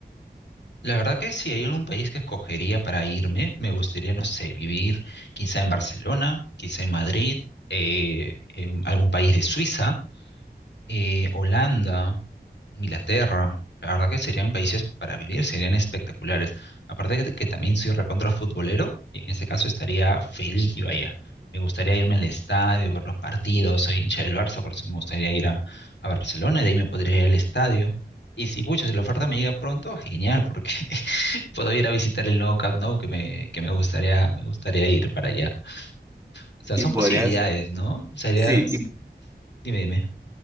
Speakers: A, on the left; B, on the right.
A: La verdad que si hay algún país que escogería para irme, me gustaría, no sé, vivir quizá en Barcelona, quizá en Madrid, eh, en algún país de Suiza eh, Holanda, Inglaterra. La verdad que serían países para vivir, serían espectaculares. Aparte de que también soy recontra futbolero, y en ese caso estaría feliz yo allá. Me gustaría irme al estadio, ver los partidos, soy hincha del Barça, por eso me gustaría ir a, a Barcelona, y de ahí me podría ir al estadio. Y si, pucha, si la oferta me llega pronto, genial, porque <laughs> puedo ir a visitar el nuevo Camp Nou, que me, que me gustaría, me gustaría ir para allá. O sea,
B: Y
A: son
B: podrías,
A: posibilidades, ¿no? Sería,
B: sí, y
A: dime, dime.